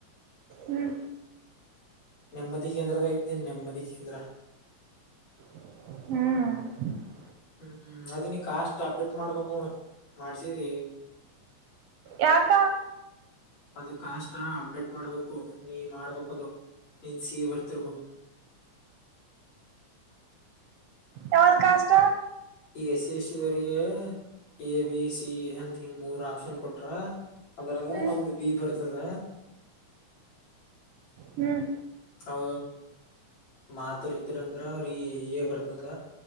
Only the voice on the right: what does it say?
ಹ್ಮ್
ಹ್ಮ್
ಯಾಕ
ಯಾವುದು ಕಾಸ್ಟ್
ಹ್ಮ್
ಹ್ಮ್